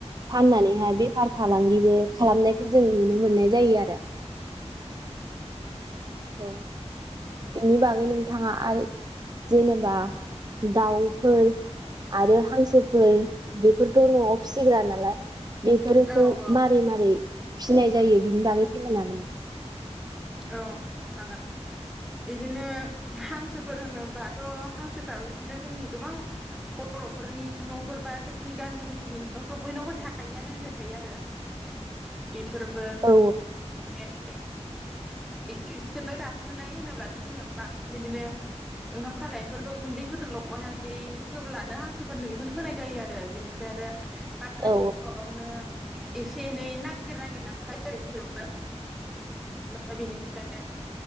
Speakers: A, on the right (about 35°); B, in the centre.
A: फाननानैहाय बेफार फालांगि बे खालामनायखौ जों नुनो मोननाय जायो आरो । औ बिनि बागै नोंथाङा आरो जेनेबा दाउ फोर आरो हांसोफोर बेफोरथ' न'आव फिसिग्रा नालाय । बेफोरखौ
B: औ औ
A: मारै मारै फिसिनाय जायो बिनि बागै फोरमायनो हागोन ना? <inaudible>
B: औ हागोन इदिनो हांसोफोर होनोबाथ' हांसोफ्राबो बिदिनो जोंनि गोबां बर'फोरनि न'फोर बा जोंनि गामि ओनसोलनि न'फोराव बयनावबो थायोआनो होनजायो आरो । इफोरबो <unintelligible>
A: औ
B: बिसोरनो जाहोनाय होनोब्लाथ' जोङो बांसिन बिदिनो ओंखाम खालायफोरखौ गुन्दैफोरजों लगायनानै होब्लानो हांसोफोरनो बेखौनो होनाय जायो आरो बिनिफ्राय आरो <unintelligible>
A: औ
B: गावबागावनो एसे एनै नागिर नागिर जाखायो आरो बिसोरबो। बेनिफ्राय